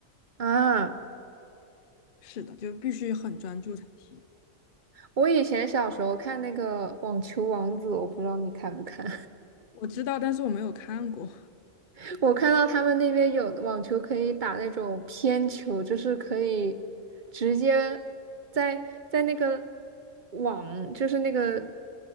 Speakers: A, on the right; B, on the left.
A: 啊。
B: 是的，就必须很专注才行。
A: 我以前小时候看那个网球王子，我不知道你看不看。
B: 我知道，但是我没有看过。
A: <laughs> 我看到他们那边有网球可以打那种偏球，就是可以直接在在那个网，就是那个